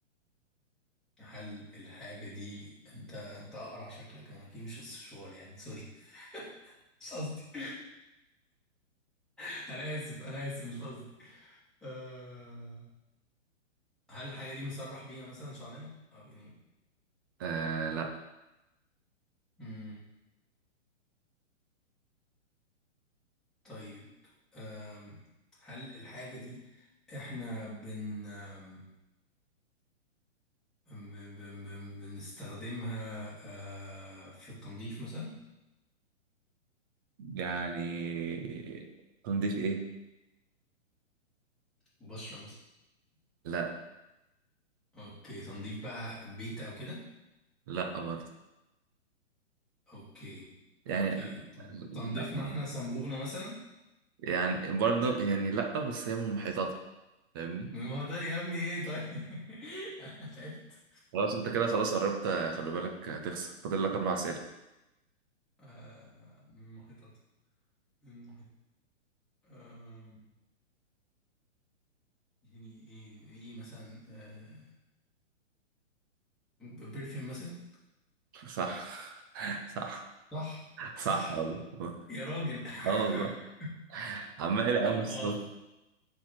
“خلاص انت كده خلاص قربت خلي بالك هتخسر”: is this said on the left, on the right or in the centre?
Right